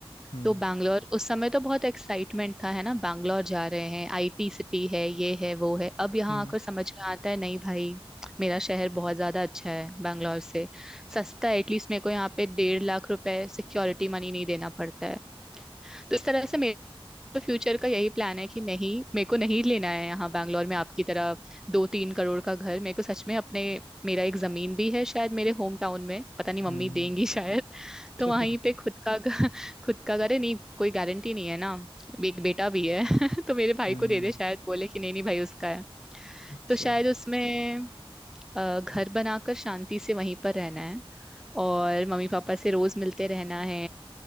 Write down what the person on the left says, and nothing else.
हम्म
हम्म
हम्म हम्म
<laughs>
हम्म
अच्छा